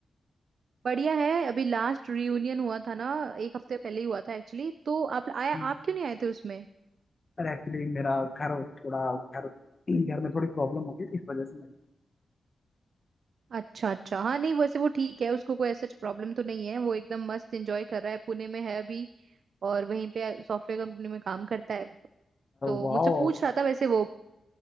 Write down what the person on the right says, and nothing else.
बढ़िया है अभी लास्ट रियूनियन हुआ था ना एक हफ्ते पहले ही हुआ था एक्चुअली तो आप आया
आप क्यों नहीं आए थे उसमें
अच्छा अच्छा हाँ नहीं वैसे वो ठीक है उसको कोई ऐसा प्रॉब्लम तो नहीं है वो एकदम मस्त एंजॉय कर रहा है पुणे में है अभी और वहीं पे सॉफ्टवेयर कंपनी में काम करता है तो
मुझसे पूछ रहा था वैसे वो